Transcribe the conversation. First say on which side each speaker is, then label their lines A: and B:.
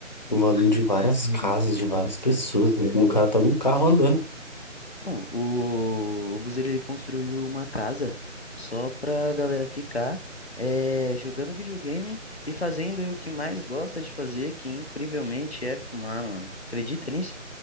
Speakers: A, on the left; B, on the left.
A: o valor de várias casas, de várias pessoas, entendeu? O cara tá num carro andando.
B: Não, o, o Buzeiro, ele construiu uma casa só pra galera ficar é, jogando videogame e fazendo o que mais gosta de fazer, que incrivelmente é fumar, mano. Acredita nisso?